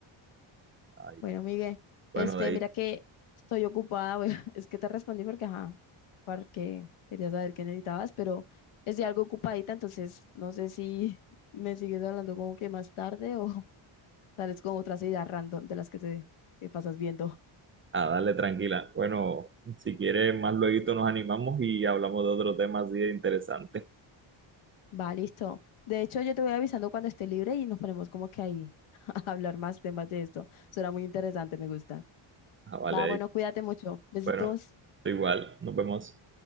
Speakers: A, on the right; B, on the left.
A: ay,
B: Bueno, Miguel,
A: bueno,
B: este,
A: de ahí,
B: mira que estoy ocupada, voy- a- <laughs> es que te respondí porque, ajá, porque quería saber qué necesitabas, pero estoy algo ocupadita, entonces no sé si <laughs> me sigues hablando como que más tarde o <laughs> sales con otras ideas random de las que te que pasas viendo.
A: a darle tranquila. Bueno, si quieres, más luego nos animamos y hablamos de otro tema así de interesante.
B: <laughs> Va, listo. De hecho, yo te voy avisando cuando esté libre y nos ponemos como que ahí <laughs> a hablar más temas de esto. Será muy interesante, me gusta.
A: Ah, vale,
B: Va,
A: de
B: bueno,
A: ahí.
B: cuídate mucho. Besitos.
A: Bueno, igual, nos vemos.